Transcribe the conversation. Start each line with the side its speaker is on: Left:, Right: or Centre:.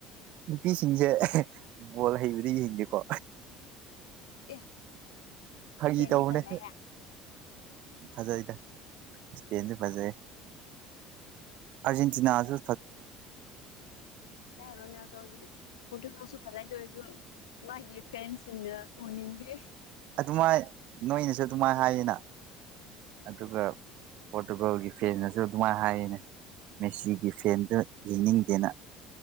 Right: ꯅꯨꯄꯤꯁꯤꯡꯁꯦ ꯕꯣꯜ ꯍꯩꯕꯗꯤ ꯌꯦꯡꯗꯦꯀꯣ
Left: ꯑꯦ
Right: ꯐꯥꯒꯤ
Left: ꯏꯁꯄꯦꯟꯗꯤ
Right: ꯇꯧꯕꯅꯦ
Left: ꯐꯖꯩꯍꯦ
Right: ꯐꯖꯩꯗ ꯏꯁꯄꯦꯟꯁꯨ ꯐꯖꯩ ꯑꯔꯖꯦꯟꯇꯤꯅꯥꯁꯨ
Left: ꯔꯣꯅꯥꯜꯎꯗꯣꯒꯤ ꯄꯣꯇꯣꯗꯁꯨ ꯐꯖꯅ ꯇ ꯑꯣꯏꯔꯁꯨ ꯃꯥꯒꯤ ꯐꯦꯟꯁꯤꯡꯅ ꯎꯅꯤꯡꯗ
Right: ꯑꯗꯨꯃꯥꯏꯅ ꯅꯣꯏꯅꯁꯨ ꯑꯗꯨꯃꯥꯏꯅ ꯍꯥꯏꯌꯦꯅ ꯑꯗꯨꯒ ꯄꯣꯔꯇꯨꯒꯜꯒꯤ ꯐꯦꯟꯅꯁꯨ ꯑꯗꯨꯃꯥꯏꯅ ꯍꯥꯏꯌꯦꯅꯦ ꯃꯦꯁꯤꯒꯤ ꯐꯦꯟꯗ ꯌꯦꯡꯅꯤꯡꯗꯦꯅ